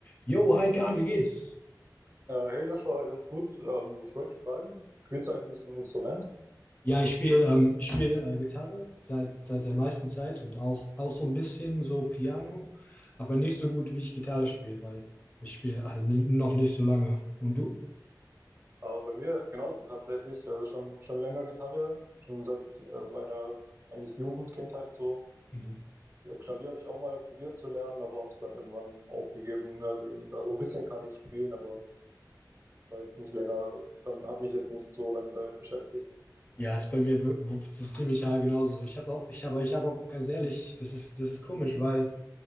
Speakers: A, on the left (about 20°); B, on the right (about 35°).
A: Jo, hi Kahn, wie geht's?
B: Ja, hey Joshua, ganz gut. Ähm, ich wollte dich fragen, spielst du eigentlich ein Instrument?
A: Ja, ich spiele ähm, ich spiel, äh, Gitarre seit, seit der meisten Zeit und auch, auch so ein bisschen so Piano, aber nicht so gut, wie ich Gitarre spiele, weil ich spiele halt ni- noch nicht so lange. Und du?
B: Aber bei mir ist genauso tatsächlich. Also schon, schon länger Gitarre, schon seit äh, meiner eigentlich Jugendkindheit so.
A: Mhm.
B: Äh, Klavier habe ich auch mal probiert zu lernen, aber habe es dann irgendwann aufgegeben, mehr oder weniger. Also ein bisschen kann ich spielen, aber war jetzt nicht länger, dann habe mich jetzt nicht so lange damit beschäftigt.
A: Ja, ist bei mir wir- w- so ziemlich haargenau genauso. Ich habe auch, ich habe, ich habe auch ganz ehrlich, das ist, das ist komisch, weil